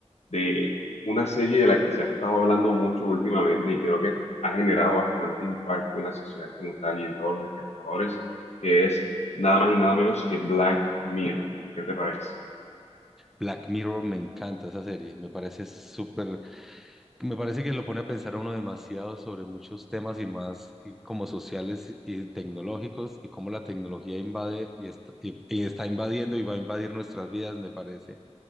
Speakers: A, on the left; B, in the centre.
A: de una serie de la que se ha estado hablando mucho últimamente y creo que ha generado bastante impacto en la sociedad como tal y en todos los espectadores, que es nada más y nada menos que Black Mirror. ¿Qué te parece?
B: Black Mirror me encanta esa serie, me parece súper, me parece que lo pone a pensar a uno demasiado sobre muchos temas y más y como sociales y tecnológicos y cómo la tecnología invade y está, y- y está invadiendo y va a invadir nuestras vidas, me parece